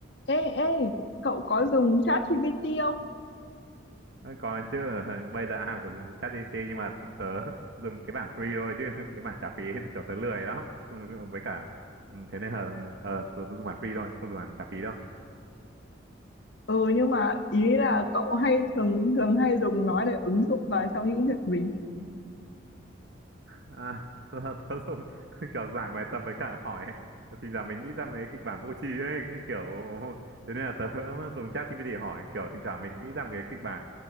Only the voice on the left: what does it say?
Ê, ê, cậu có dùng ChatGPT không?
Ừ, nhưng mà ý là cậu hay thường thường hay dùng nó để ứng dụng vào trong những việc gì?